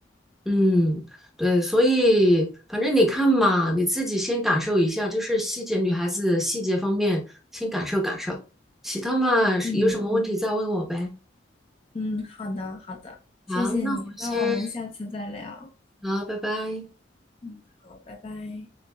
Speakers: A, in the centre; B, on the left.
A: 嗯，对，所以反正你看嘛，你自己先感受一下，就是细节，女孩子细节方面先感受感受，其他嘛有什么问题再问我呗。
B: 嗯嗯，好的好的，
A: 好，
B: 谢谢你，
A: 那我们先，
B: 那我们下次再聊。
A: 好，拜拜。
B: 嗯，好，拜拜。